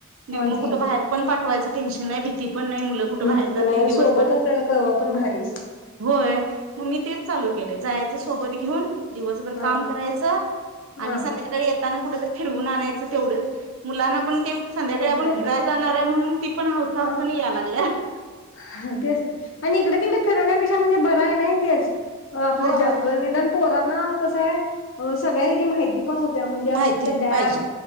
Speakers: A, on the right; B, on the left.
A: देव
B: होय
A: म
B: की
A: कुठं बाहेर पण पाठवायचं टेन्शन नाही भीती पण नाही मुलं कुठे
B: भीती
A: बाहेर जात
B: पण आहे
A: <unintelligible> दिवसभर
B: सोबत असलेला कवा पण भारीच.
A: होय मग मी तेच चालू जायच सोबत घेऊन, दिवसभर
B: हा
A: काम करायचं आणि
B: हा
A: संध्याकाळी येत त्यांना कुठेतरी फिरवून आणायचं तेवढंच मुलांना पण ते संध्याकाळी
B: ते
A: आपण
B: भारी
A: फिरायला जाणार आहे म्हणून, ती पण हौवस हौसानी
B: हा.
A: यायलागल्यात
B: हा तेच आणि इकडं तिकडं फिर <unintelligible> म्हणजे बर आहे नी तेच आपलं
A: होय
B: जंगल निदान पोरांना कसं आहे सगळ्या हीची माहिती ती पण होत्या म्हणजे आता
A: माहिती
B: तिथं डॅम
A: पाहिजे